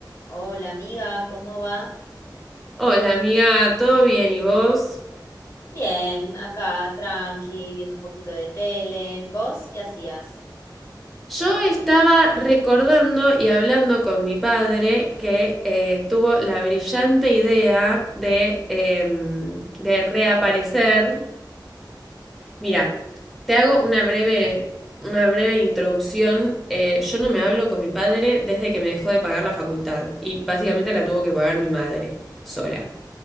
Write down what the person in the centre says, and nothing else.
Hola amiga, ¿todo bien y vos?
Yo estaba recordando y hablando con mi padre que eh, tuvo la brillante idea de, em, de reaparecer. Mira, te hago una breve, una breve introducción. Eh, yo no me hablo con mi padre desde que me dejó de pagar la facultad y básicamente la tuvo que pagar mi madre sola.